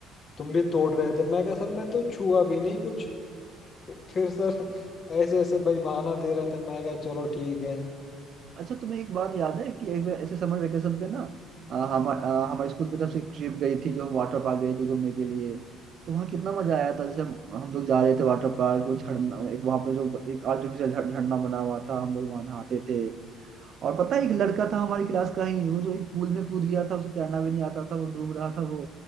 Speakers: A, on the left; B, on the right.
A: तुम भी तोड़ रहे थे मैं कहा सर मैं तो छुआ भी नहीं कुछ फिर सर ऐसे ऐसे भाई बहाना दे रहा था मैं कहा चलो ठीक है
B: अच्छा तुम्हें एक बात याद है कि एक बार ऐसे समर वेकेशन पे ना हमारे हमारे स्कूल की तरफ से एक ट्रिप गई थी जो हम वाटर पार्क गए थे घूमने के लिए तो वहाँ कितना मजा आया था जैसे हम हम लोग जा रहे थे वाटर पार्क वो झरना एक वहाँ पे जो एक आर्टिफिशियल झरना बना हुआ था हम लोग वहाँ नहाते थे और पता है एक लड़का था हमारी क्लास का ही वो जो एक पूल में कूद गया था उसे तैरना भी नहीं आता था वो डूब रहा था वो